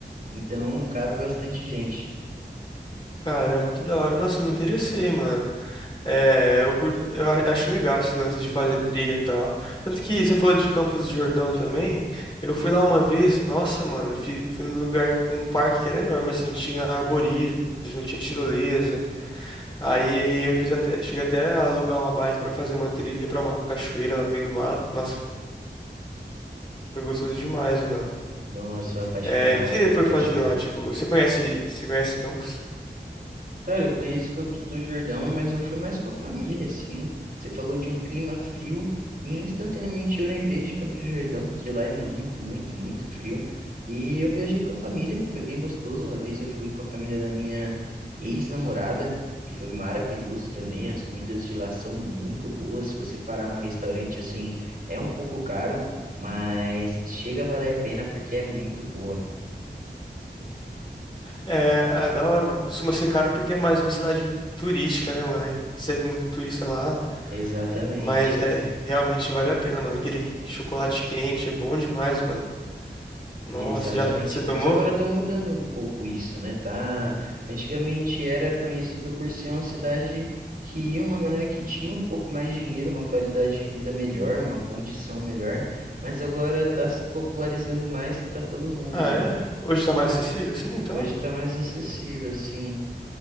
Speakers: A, on the right; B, on the left.
A: então cabe bastante gente.
B: Caramba, que da hora. Nossa, eu me interessei, mano. É, eu, curto, eu a- acho legal esse lance de fazer trilha e tal. Tanto que você falou de Campos do Jordão também. Eu fui lá uma vez, nossa, mano, eu fi- fui, num lugar, um parque que era enorme, assim, tinha arborismo, tinha tirolesa. Aí eu fiz até, cheguei até a alugar uma bike pra fazer uma trilha pra uma cachoeira lá no meio do mato. Nossa, foi gostoso demais, mano.
A: Nossa, eu sou apaixonado
B: É, e o que
A: por
B: você foi
A: cachoeira.
B: fazer lá? Tipo, você conhece, você conhece Campos?
A: Cara, eu conheço Campos do Jordão, mas eu fui mais com a família, assim. Você falou de um clima frio e instantaneamente eu lembrei de Campos do Jordão, porque lá é muito, muito, muito frio. E eu viajei com a família, foi bem gostoso. Uma vez eu fui com a família da minha ex-namorada e foi maravilhoso também. As comidas de lá são muito boas. Se você parar num restaurante assim, é um pouco caro, mas chega a valer a pena porque é muito boa.
B: É, é da hora, mano. Costuma ser caro porque é mais uma cidade turística, né, mano? Recebe muito turista lá.
A: Exatamente.
B: Mas é, realmente vale a pena, mano. Aquele chocolate quente é bom demais, mano. Nossa,
A: Exatamente.
B: já você tomou?
A: Mas agora estão mudando um pouco isso, né? Tá? Antigamente era conhecido por ser uma cidade que ia uma galera que tinha um pouco mais de dinheiro, uma qualidade de vida melhor, uma condição melhor, mas agora está se popularizando mais para todo mundo,
B: Ah, é?
A: né?
B: Hoje tá mais acessível assim, então?
A: Hoje está mais acessível, sim.